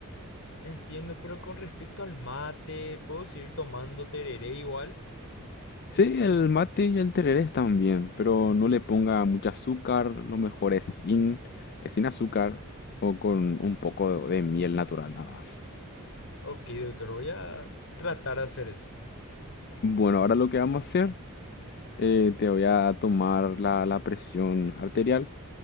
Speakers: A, on the left (about 65°); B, on the left (about 45°).
A: entiendo, pero con respecto al mate, ¿puedo seguir tomando tereré igual?
B: Sí, el mate y el tereré están bien, pero no le ponga mucho azúcar, lo mejor es sin, es sin azúcar o con un poco de, de miel natural nada más.
A: Ok, doctor, voy a tratar de hacer eso.
B: Bueno, ahora lo que vamos a hacer, eh, te voy a tomar la, la presión arterial,